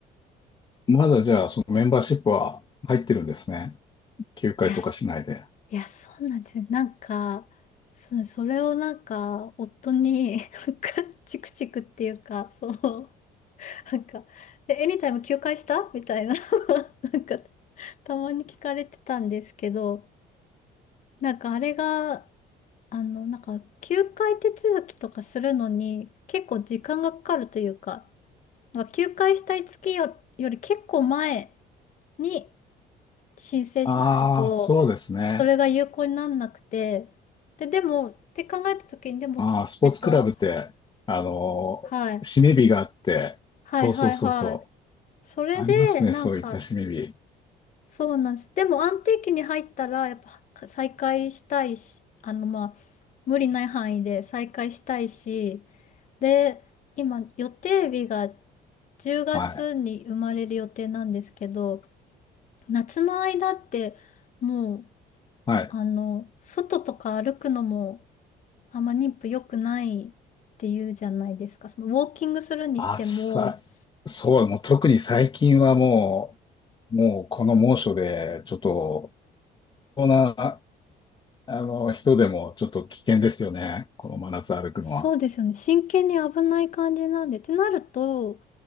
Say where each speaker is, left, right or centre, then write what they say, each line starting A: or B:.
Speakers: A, on the left; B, on the left.
A: まだじゃあ、そのメンバーシップは入ってるんですね。休会とかしないで。
B: いや、そいや、そうなんですよ。なんか、それ、それをなんか、夫に、なんか、チクチクっていうか、その、なんか、え、エニタイム休会したみたいな、<laughs> なんか、たまに聞かれてたんですけど、なんかあれが、あの、なんか、休会手続きとかするのに、結構時間がかかるというか、なんか休会したい月よ、より結構前に、申請しないと、
A: ああ、そうですね。
B: それが有効になんなくて、で、でも、って考えたときに、でも、
A: ああ、スポーツクラブって、
B: えっと、
A: あの、
B: はい、
A: 締め日があって、
B: はいはいはい。
A: そうそうそうそ
B: それで、
A: う、ありますね、
B: なんか、
A: そういった締め日。
B: そうなんです。でも、安定期に入ったら、やっぱ、再開したいし、あの、まあ、無理ない範囲で再開したいし、で、今、予定日が10月に生まれる予定なんですけど、
A: はい。
B: 夏の間って、もう、
A: はい。
B: あの、外とか歩くのも、あんま妊婦良くないって言うじゃないですか。そのウォーキングするにしても、
A: あ、さ、そう、もう特に最近はもう、もうこの猛暑で、ちょっと、こんな、あの、人でもちょっと危険ですよね、この真夏歩くのは。
B: そうですよね。真剣に危ない感じなんで。ってなると、